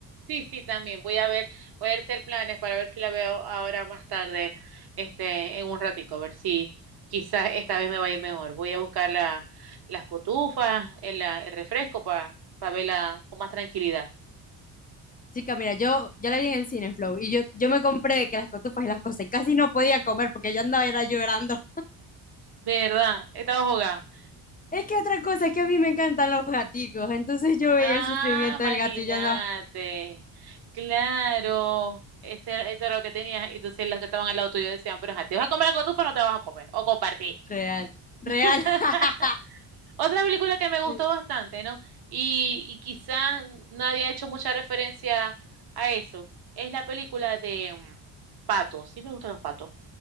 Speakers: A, on the right; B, on the left.
A: Sí, sí, también. Voy a ver, voy a hacer planes para ver si la veo ahora más tarde, este, en un ratico, a ver si quizás esta vez me vaya mejor. Voy a buscar la, las cotufas, el, la- el refresco para verla con más tranquilidad.
B: Chica, mira, yo ya la vi en el Cineflow y yo, yo me compré que las cotufas y las cosas y casi no podía comer porque yo andaba era llorando.
A: De verdad, estaba jugando.
B: Es que otra cosa es que a mí me encantan los gaticos, entonces yo veía
A: Ah,
B: el sufrimiento
A: imagínate.
B: del gato y yo andaba,
A: Claro, ese, era- eso era lo que tenías. Y entonces los que estaban al lado tuyo decían, pero ajá, ¿te vas a comer la cotufa o no te vas a comer? O compartí.
B: real, real.
A: <laughs>
B: <laughs>
A: Otra película que me gustó
B: Sí.
A: bastante, ¿no? Y, y quizás nadie ha hecho mucha referencia a eso. Es la película de mm, Patos. Sí me gustan los patos.